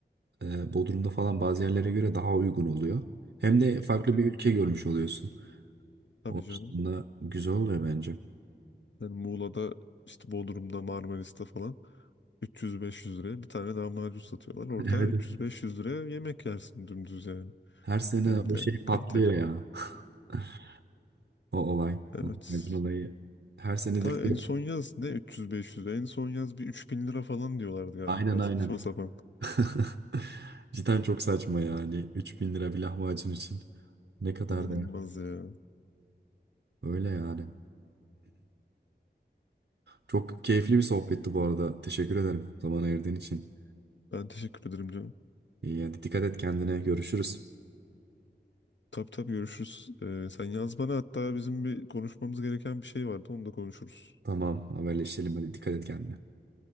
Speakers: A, on the right; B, on the left.
A: e, Bodrum'da falan bazı yerlere göre daha uygun oluyor. Hem de farklı
B: Tabii.
A: bir ülke görmüş oluyorsun.
B: Tabii
A: O açıdan
B: canım.
A: da güzel oluyor bence.
B: Yani Muğla'da işte Bodrum'da Marmaris'te falan 300-500 liraya bir tane lahmacun satıyorlar. Orada
A: <laughs> Evet.
B: 300-500 liraya yemek yersin dümdüz yani.
A: Her sene
B: Hem de
A: o şey
B: kaliteli.
A: patlıyor ya. <laughs> O olay.
B: Evet.
A: Bu Acun olayı. Her sene
B: Daha
A: de fiyat-
B: en son yaz ne 300-500 lira. En son yaz bir 3000 lira falan diyorlardı galiba.
A: Aynen aynen.
B: Saçma <laughs> sapan.
A: <laughs> Cidden çok saçma yani. üç bin lira bir lahmacun için. Ne kadar
B: İnanılmaz
A: değer.
B: ya.
A: Öyle yani. Çok keyifli bir sohbetti bu arada. Teşekkür ederim zaman ayırdığın için.
B: Ben teşekkür ederim canım.
A: İyi hadi dikkat et kendine. Görüşürüz.
B: Tabii tabii görüşürüz. Ee, sen yaz bana hatta bizim bir konuşmamız gereken bir şey vardı. Onu da konuşuruz.
A: Tamam haberleşelim hadi dikkat et kendine.